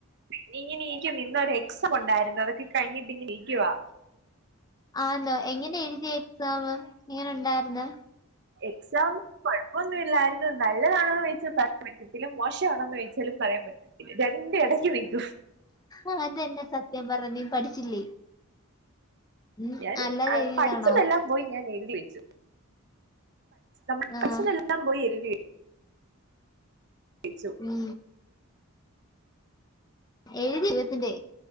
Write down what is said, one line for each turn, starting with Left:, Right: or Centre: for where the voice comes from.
Right: പിന്നെ ഇങ്ങനെ നിക്ക് ഇന്നൊരു എക്സം ഉണ്ടായിരുന്നു അതൊക്കെ കഴിഞ്ഞിട്ട് ഇങ്ങനെ ഇരിക്കുവാ
Left: ആന്നോ എങ്ങനെ എഴുതിയ എക്സാാം എങ്ങനെ ഉണ്ടായിരുന്നു
Right: എക്സാം കൊഴപ്പന്നുല്ലായിരുന്നു. നല്ലതാണോന്ന് ചോയ്ച്ചാ പറയാൻ പറ്റത്തില്ല മോശമാണോന്ന് ചോയ്ച്ചാലും പറയാൻ പറ്റത്തില്ല രണ്ട് എടയ്ക്ക് നിക്കും
Left: ആഹ് അതെന്നെ സത്യം പറ നീ പഠിച്ചില്ലേ ഉം
Right: ഞാൻ
Left: അല്ലാതെ
Right: അ
Left: എഴുതിയതാണോ?
Right: പഠിച്ചതെല്ലാം പോയി ഞാൻ എഴതി വെച്ചുഠ നമ്മ
Left: ആഹ്
Right: പഠെല്ലാം പോയി എഴുതി <unintelligible> കഴിച്ചു
Left: ഉം ഏഴു ദൈപത്തിന്റെ